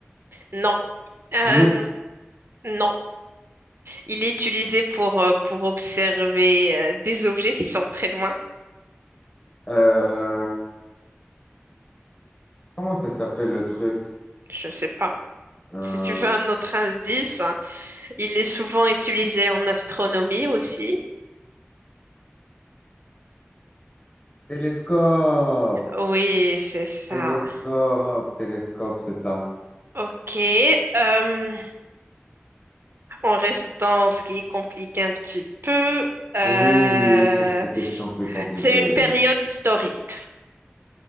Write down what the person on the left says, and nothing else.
loupe.
euh, comment ça s'appelle le truc?
Un
télescope,
télescope, télescope, c'est ça.
Oui, oui, oui, je cherche des questions plus compliquées,
oui.